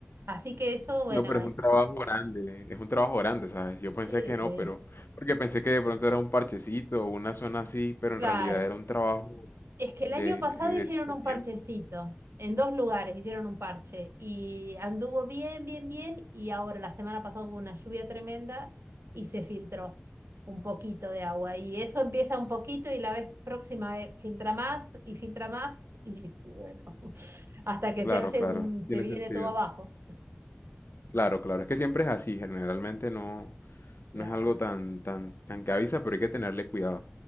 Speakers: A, on the right; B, on the left.
A: Así que eso, bueno,
B: No, pero es
A: eh,
B: un trabajo grande. Es un trabajo grande, ¿sabes? Yo pensé
A: ese,
B: que no, pero... Porque pensé que de pronto era un parchecito o una zona así, pero
A: claro.
B: en realidad era un trabajo
A: Es que el
B: de,
A: año pasado
B: de, de-
A: hicieron
B: de
A: un
B: tiempo.
A: parchecito, en dos lugares hicieron un parche y anduvo bien, bien, bien y ahora la semana pasada hubo una lluvia tremenda y se filtró un poquito de agua y eso empieza un poquito y la vez próxima eh, filtra más y filtra más y bueno, <laughs> hasta que
B: Claro,
A: se hace
B: claro.
A: un, se
B: Tiene
A: viene
B: sentido.
A: todo abajo.
B: Claro, claro, es que siempre es así, generalmente no,
A: Claro,
B: no es algo tan, tan, tan que avisa, pero hay que tenerle cuidado.